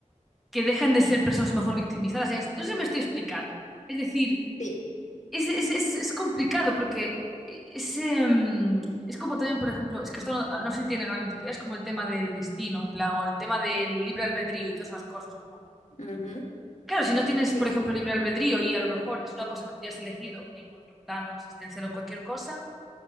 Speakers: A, in the centre; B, on the left.
A: que dejan de ser personas mejor victimizadas. No sé si me estoy explicando. Es decir,
B: Sí,
A: es, es- es- es complicado porque es, em, es como también, por ejemplo, es que esto no, no sé si tiene realmente que ver, es como el tema del destino, en plan, o el tema del libre albedrío y todas esas cosas. Como,
B: ujú,
A: claro, si no tienes,
B: Sí,
A: por ejemplo, libre albedrío y a lo mejor es una cosa que tú ya has elegido en otro plano existencial o cualquier cosa,